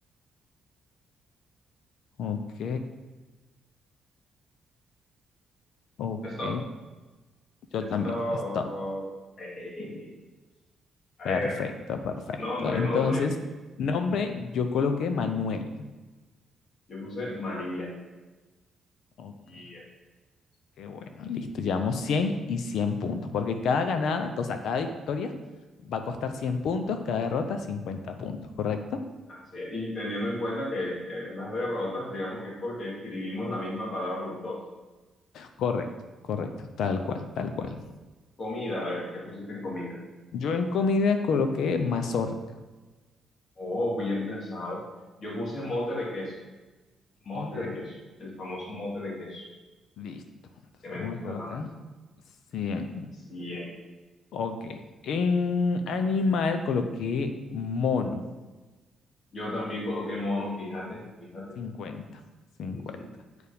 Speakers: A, on the left; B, on the left.
A: ok, ok.
B: stop.
A: Yo
B: Stop.
A: también, stop.
B: Ejejeje. <laughs> A
A: Perfecto,
B: ver,
A: perfecto.
B: nombre,
A: Entonces,
B: nombre.
A: nombre, yo coloqué Manuel.
B: Yo puse María.
A: Ok.
B: Y,
A: Qué bueno, listo. Llevamos 100 y 100 puntos, porque cada ganada, o sea, cada victoria va a costar cien puntos, cada derrota cincuenta puntos, ¿correcto?
B: así, es. y teniendo en cuenta que eh, las derrotas, digamos que es porque escribimos la misma palabra los dos.
A: Correcto, correcto, tal cual, tal cual.
B: Comida, a ver, ¿qué pusiste en comida?
A: Yo en comida coloqué mazorca.
B: Oh, bien pensado. Yo puse mote de queso, mote
A: Ok,
B: de queso, el famoso mote de queso,
A: listo. Entonces
B: que me
A: vamos
B: gusta
A: a colocar
B: tanto.
A: cien
B: Bien.
A: Ok, en animal coloqué mono,
B: Yo también coloqué mono, fíjate, fíjate.
A: cincuenta cincuenta
B: Sí, sí,